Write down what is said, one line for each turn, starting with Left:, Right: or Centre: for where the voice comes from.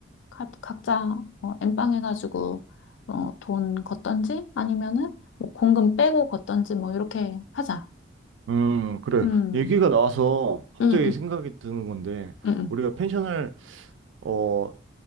Left: 가, 각자 어, 엠빵 해가지고 어, 돈 걷던지 아니면은 뭐 공금 빼고 걷던지 뭐 이렇게 하자.
Right: 음, 그래.
Left: 음,
Right: 얘기가 나와서 갑자기
Left: 음, 음,
Right: 생각이 드는 건데,
Left: 음. 음.
Right: 우리가 펜션을, 어,